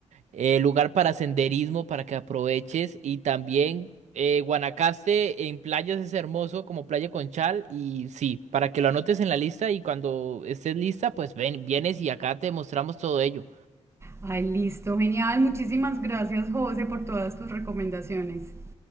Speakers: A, on the right (about 80°); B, on the right (about 25°).
A: eh, lugar para senderismo para que aproveches y también eh, Guanacaste en playas es hermoso como Playa Conchal y sí, para que lo anotes en la lista y cuando estés lista pues ven, vienes y acá te mostramos todo ello.
B: Ay, listo, genial. Muchísimas gracias, José, por todas tus recomendaciones.